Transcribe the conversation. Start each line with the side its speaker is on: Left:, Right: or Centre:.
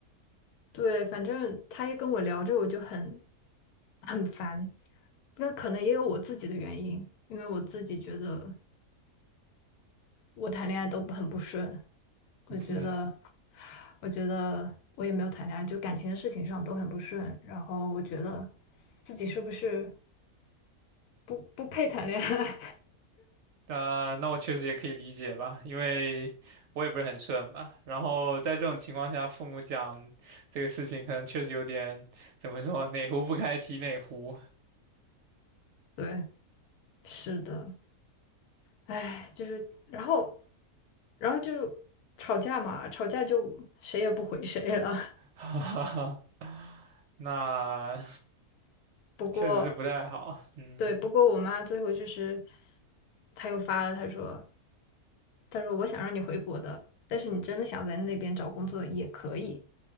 Left: 对，反正他一跟我聊这个，我就很很烦。那可能也有我自己的原因，因为我自己觉得。我谈恋爱都很不顺，我觉得，
Right: <laughs>
Left: 我觉得我也没有谈恋爱，就感情的事情上都很不顺。然后我觉得自己是不是不不配谈恋爱？
Right: 那那我确实也可以理解吧，因为我也不是很顺吧。然后在这种情况下，父母讲这个事情，可能确实有点怎么说，哪壶不开提哪壶，
Left: <laughs> 对，是的，唉，就是，然后，然后就吵架嘛，吵架就谁也不回谁了。
Right: <laughs> 哈哈哈。那
Left: <laughs> 不过，
Right: 确实是不太好。嗯
Left: 对，不过我妈最后就是，她又发了，她说。他说我想让你回国的，但是你真的想在那边找工作也可以。